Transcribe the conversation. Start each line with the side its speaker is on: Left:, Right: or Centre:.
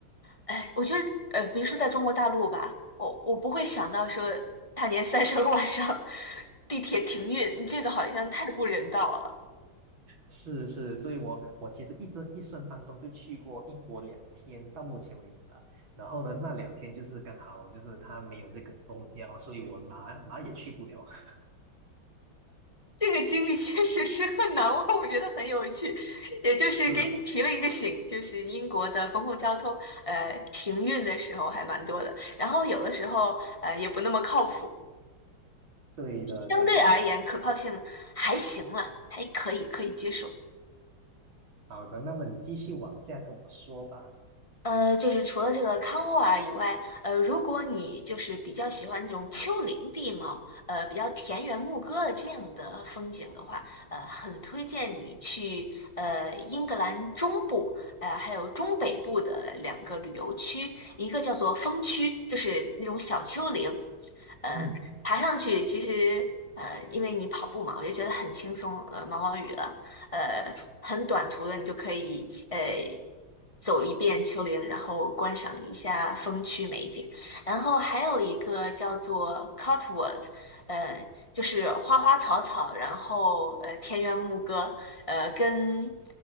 Left: 哎，我觉得呃，比如说在中国大陆吧，我我不会想到说大年三十儿晚上地铁停运，这个好像太不人道了。
Right: 是是，所以我我其实一这一生当中就去过英国两天，到目前为止啊。然后呢，那两天就是刚好就是他没有这个公交，所以我哪哪也去不了。<laughs>
Left: 这个经历确实是很难忘，我觉得很有趣，也就是给你提了一个醒，
Right: 嗯，
Left: 就是英国的公共交通呃停运的时候还蛮多的。然后有的时候呃也不那么靠谱，
Right: 对的，
Left: 相对而言可靠性还行了，
Right: 对的。
Left: 还可以，可以接受。
Right: 好的，那么你继续往下跟我说吧。
Left: 呃，就是除了这个康沃尔以外，呃，如果你就是比较喜欢这种丘陵地貌，呃，比较田园牧歌的这样的风景的话，呃，很推荐你去呃英格兰中部，呃，还有中北部的两个旅游区，一个叫做风区，就是那种小丘陵，嗯，
Right: 嗯
Left: 爬上去其实呃，因为你跑步嘛，我就觉得很轻松，呃，毛毛雨了，呃，很短途的你就可以呃走一遍丘陵，然后观赏一下风区美景。然后还有一个叫做 Cotwoods，呃，就是花花草草，然后呃田园牧歌，呃跟